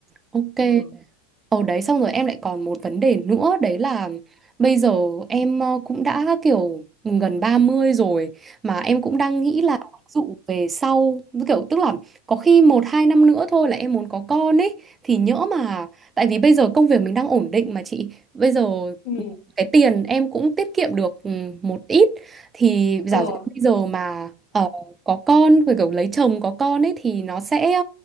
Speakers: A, on the right; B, on the left.
A: ok.
B: ừ
A: ở đấy xong rồi em lại còn một vấn đề nữa đấy là bây giờ em ờ, cũng đã kiểu gần 30 rồi mà em cũng đang nghĩ là dụ về sau kiểu tức là có khi một hai năm nữa thôi là em muốn có con ấy thì nhỡ mà tại vì bây giờ công việc mình đang ổn định mà chị bây giờ
B: ừ
A: cái tiền em cũng tiết kiệm được ừ, một ít thì giả
B: ờ
A: dụ bây giờ mà ờ, có con rồi kiểu lấy chồng có con ấy thì nó sẽ